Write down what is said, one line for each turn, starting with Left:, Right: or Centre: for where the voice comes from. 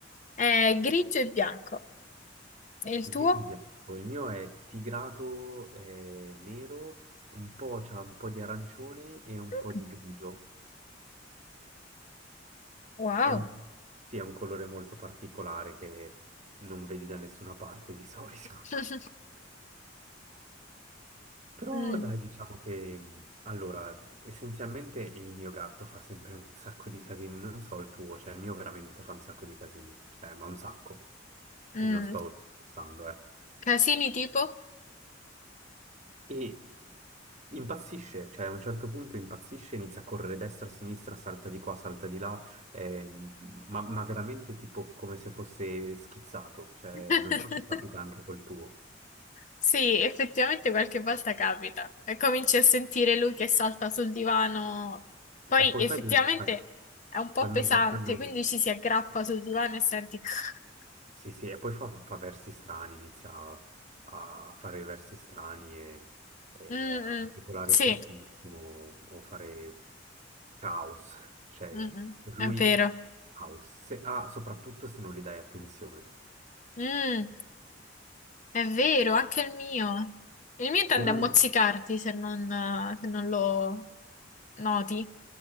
Left: È grigio e bianco. E il
Right: Grigio
Left: tuo?
Right: e bianco. Il mio è tigrato eh, nero, un po', c'ha un po' di arancione e un
Left: Mm,
Right: po' di grigio.
Left: Wow.
Right: È un, sì, è un colore molto particolare che non vedi da nessuna parte di <laughs> solito.
Left: <laughs>
Right: Però
Left: Mm,
Right: dai, diciamo che mh, allora, essenzialmente il mio gatto fa sempre un sacco di casini, non so il tuo, cioè il mio veramente fa un sacco di casini, cioè, ma un sacco.
Left: mm.
Right: E non sto scherzando, eh.
Left: Casini tipo?
Right: E impazzisce, cioè a un certo punto impazzisce, inizia a correre destra, sinistra, salta di qua, salta di là, ehm, ma, ma veramente tipo come se fosse schizzato, cioè
Left: <laughs>
Right: non so se capita anche col tuo.
Left: Sì, effettivamente qualche volta capita e cominci a sentire lui che salta sul divano. Poi
Right: E poi
Left: effettivamente
Right: fai lì, eh,
Left: è un po'
Right: fanno,
Left: pesante,
Right: fanno-
Left: quindi ci si aggrappa sul divano e senti. <sniffs> <clears throat>
Right: Sì, sì, e poi fa, fa versi strani, inizia a a fare versi strani e, e
Left: Mm,
Right: a articolare
Left: mm, sì,
Right: fortissimo o fare caos, cioè
Left: mm, mm,
Right: per
Left: è
Right: lui
Left: vero.
Right: caos, Se- ah, soprattutto se non gli dai attenzione.
Left: Mm, è vero, anche il mio. Il mio tende
Right: Se non,
Left: a mozzicarti se non, eh, se non lo noti.